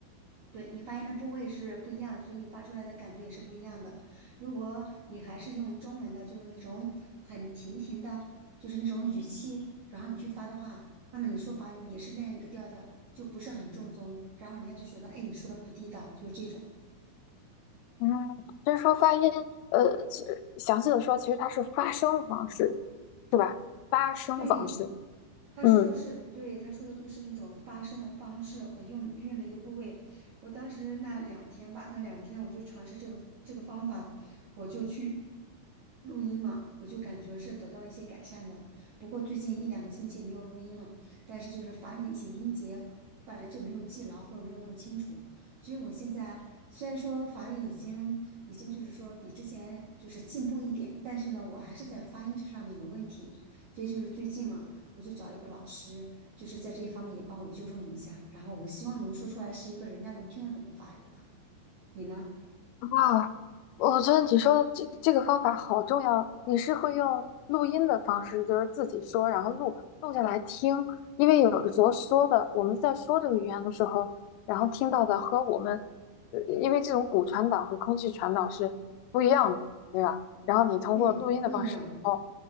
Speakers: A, on the right; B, on the left.
A: 对你发音的部位是不一样，所以你发出来的感觉也是不一样的。如果你还是用中文的，就是那种很平平的，就是那种语气，然后你去发的话，那么你说法语也是那样一个调调，就不是很正宗，然后人家就觉得，哎，你说的不地道，就是这种。
B: 嗯，就是说发音，呃，其实详细的说，其实它是发声方式，是吧？发声方式。
A: 对，他说的是，
B: 嗯。
A: 对，他说的就是那种发声的方式和用运用的一个部位。我当时那两天吧，那两天我就尝试这个这个方法，我就去录音嘛，我就感觉是得到了一些改善的。不过最近一两个星期没有录音了，但是就是法语的一些音节本来就没有记牢或者没有弄清楚，所以我现在虽然说法语已经已经就是说比之前就是进步一点，但是呢，我还是在发音这上面有问题。所以就是最近嘛，我就找一个老师，就是在这一方面也帮我纠正了一下，然后我希望能说出来是一个人家能听得懂的法语了。你呢？
B: 哇，我觉得你说的这这个方法好重要。你是会用录音的方式，就是自己说，然后录录下来听，因为有的时候说的，我们在说这个语言的时候，然后听到的和我们，呃因为这种骨传导和空气传导是不一样的，对吧？然后你通过录音的方式，
A: 对，不一样，
B: 哦，